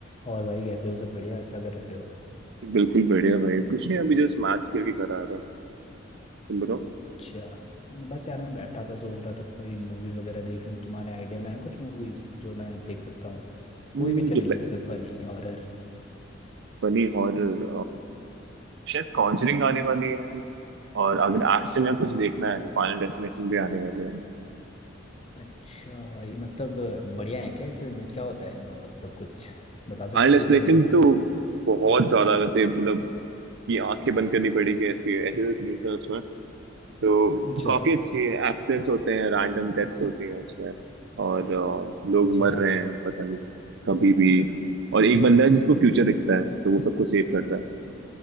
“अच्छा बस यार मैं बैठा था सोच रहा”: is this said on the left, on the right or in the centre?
Left